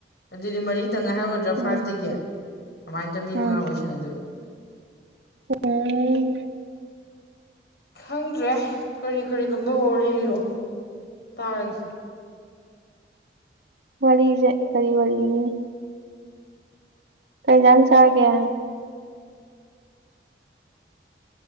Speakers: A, on the left (about 65°); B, on the right (about 85°).
A: ꯑꯗꯨꯗꯤ ꯃꯔꯤ ꯈꯤꯇꯪ ꯉꯥꯏꯍꯒꯗ꯭ꯔꯥ
B: ꯎꯝ
A: ꯐꯥꯏꯚꯇꯒꯤ ꯑꯗꯨꯃꯥꯏꯅ ꯇꯧ ꯃꯤ
B: ꯎꯝ
A: ꯃꯉꯥ ꯑꯣꯏꯁꯅꯗꯣꯏꯕ
B: ꯎꯝ
A: ꯈꯪꯗ꯭ꯔꯦ ꯀꯔꯤ ꯀꯔꯤ ꯀꯝꯗꯧꯕ ꯋꯥꯔꯤ ꯂꯤꯔꯣ ꯇꯥꯔꯒꯦ
B: ꯋꯥꯔꯤꯁꯦ ꯀꯔꯤ ꯋꯥꯔꯤꯂꯤꯅꯤ ꯀꯩꯖꯥꯡ ꯆꯥꯒꯦ